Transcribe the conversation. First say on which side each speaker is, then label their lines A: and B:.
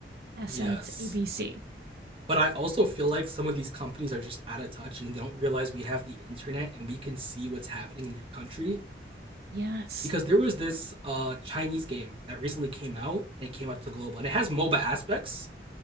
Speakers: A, on the right; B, on the right.
A: assets
B: Yes.
A: ABC.
B: But I also feel like some of these companies are just out of touch and they don't realize we have the internet and we can see what's happening in their country.
A: Yes.
B: Because there was this uh, Chinese game that recently came out and it came out to global and it has MOBA aspects.